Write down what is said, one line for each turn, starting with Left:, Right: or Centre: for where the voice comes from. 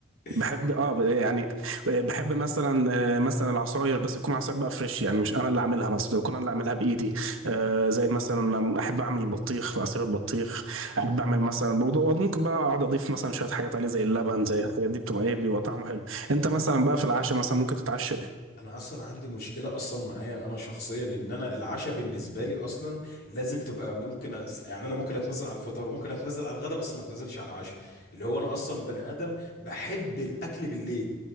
Left: <laughs>
Right: بحب اه يعني آه، بحب مثلا آه، مثلا العصاير بس تكون عصاير بقى فريش يعني مش انا اللي عاملها مثلا تكون انا اللي عاملها بايدي أه زي مثلا احب اعمل البطيخ في عصير البطيخ احب اعمل مثلا برضو- ممكن بقى اقعد اضيف مثلا شويه حاجات عليه زي اللبن زي الحاجات دي بتبقى ايه بيبقى طعمه حلو انت مثلا بقى في العشاء مثلا ممكن تتعشى
Left: انا اصلا عندي مشكله اصلا معايا انا شخصيا ان انا العشاء بالنسبه لي اصلا لازم تبقى ممكن أس... يعني انا ممكن اتنزل على الفطار وممكن اتنزل على الغداء بس ما اتنزلش على العشاء اللي هو انا اصلا بني ادم بحب الاكل بالليل